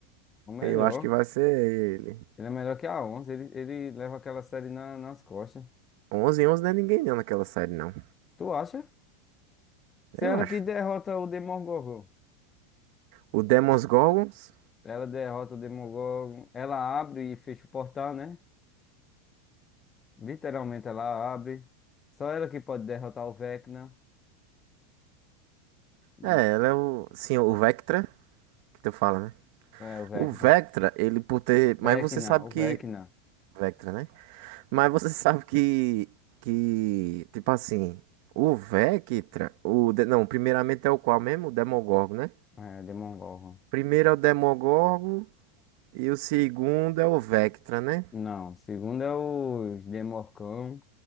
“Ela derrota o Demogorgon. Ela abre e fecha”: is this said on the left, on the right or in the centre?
Left